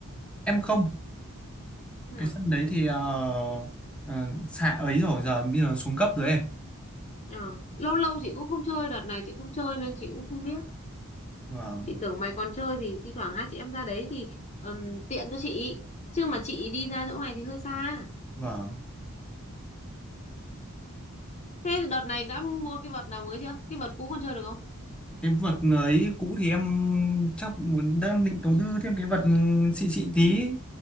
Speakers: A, in the centre; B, on the left.
A: em không
B: Nào.
A: cái sân đấy thì ờ, ờ, xạ ấy rồi giờ bây giờ xuống cấp rồi ấy
B: Ờ. Lâu lâu chị cũng không chơi, đợt này chị không chơi nên chị cũng không biết.
A: vâng
B: Chị tưởng mày còn chơi thì thi thoảng hai chị em ra đấy thì ừm, tiện cho chị. Chứ mà chị đi ra chỗ mày thì hơi xa.
A: vâng
B: Thế đợt này đã mua cái vợt nào mới chưa? Cái vợt cũ còn chơi được không?
A: cái vật ấy cũ thì em chắc muốn đang định đầu tư thêm cái vật xịn xịn tí